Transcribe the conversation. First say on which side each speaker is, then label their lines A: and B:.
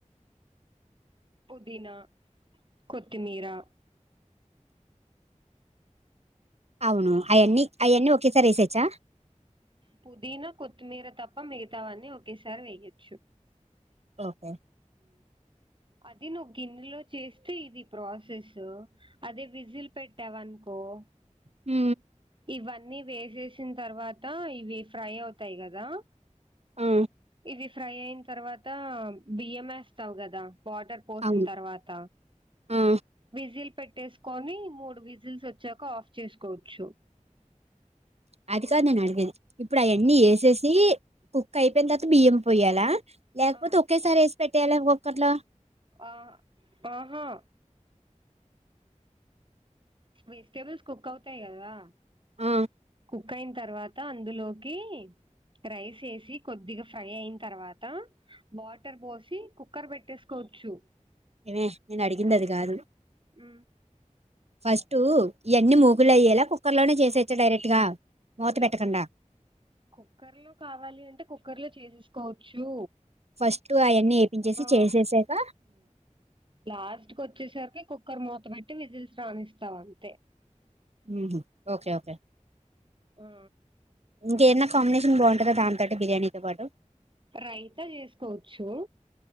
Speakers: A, on the right; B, on the right.
A: పుదీనా కొత్తిమీరా
B: అవును అవన్నీ అవన్నీ ఒకేసారి వేసేచ్చా
A: పుదీనా కొత్తిమీర తప్ప మిగతావన్నీ ఒకేసారి వెయ్యొచ్చు
B: ఓకే
A: అది నువ్వు గిన్నెలో చేస్తే ఇది ప్రాసెస్ అదే విజిల్ పెట్టావ అనుకో ఓ
B: హ
A: ఇవన్నీ వేసేసిన తర్వాత ఇవి ఫ్రై అవుతాయి కదా
B: ఆ
A: ఇది ఫ్రై అయిన తర్వాత బియ్యం వేస్తావు్ కదా వాటర్ పోసిన
B: అవును
A: తర్వాత
B: ఆ
A: విజిల్ పెట్టి కట్టేసుకొని మూడు విజిల్స్ వచ్చాక ఆఫ్ చేసుకోవచ్చు
B: అది కాదు నేను అడిగేది ఇప్పుడు అవన్నీ వేసేసి కుక్ అయిపోయిన తర్వాత బియ్యం పోయ్యాలా లేకపోతే
A: ఆ
B: ఒకేసారి వేసి పెట్టేయాలా ఒంకొక్కరిలో
A: ఆ ఆహా వెజిటేబుల్స్ కుక్ అవుతాయి కదా
B: ఆ
A: ఉక్కయిన తర్వాత అందులోకి రైస్ వేసి కొద్దిగా ఫ్రై అయిన తర్వాత వాటర్ పోసి కుక్కర్ పెట్టేసుకోవచ్చు
B: ఏమే నేను అడిగింది అది కాదు
A: ఉమ్,
B: ఫస్ట్ ఇవన్ని మూకుల ఎయ్యలా కుక్కర్ లోనే చేసేచ్చా డైరెక్ట్ గా మూత పెట్టకుండా
A: ఈ కు కుక్కర్ లో కావాలి అంటే కుక్కర్ లో చేసేసుకోవచ్చు
B: ఫస్ట్ అవన్నీ వేపించేసి
A: ఆ
B: చేసేసాక
A: లాస్ట్ కొచ్చేసరికి కుక్కర్ మూత పెట్టి విజిల్ రాణిస్తా అంతే
B: ఊహు ఓకే ఓకే
A: ఆ
B: ఇంకేదన్నా కాంబినేషన్ బాగుంటదట దాంతోటి బిర్యానీతో పాటు
A: రైతా చేసుకోవచ్చు